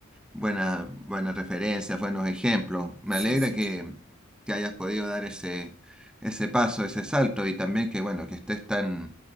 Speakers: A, in the centre; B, on the right.
A: Buena, buenas referencias, buenos ejemplos.
B: Sí,
A: Me alegra
B: sí,
A: que,
B: sí.
A: que hayas podido dar ese, ese paso, ese salto y también que, bueno, que estés tan